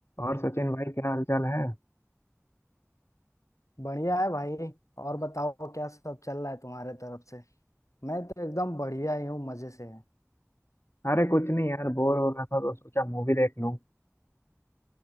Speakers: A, on the left; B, on the left.
A: और सचिन भाई क्या हालचाल है
B: बढ़िया है भाई और बताओ क्या सब चल रहा है तुम्हारे तरफ से मैं तो एकदम बढ़िया ही हूँ मजे से है
A: अरे कुछ नहीं यार बोर हो रहा था तो सोचा मूवी देख लूं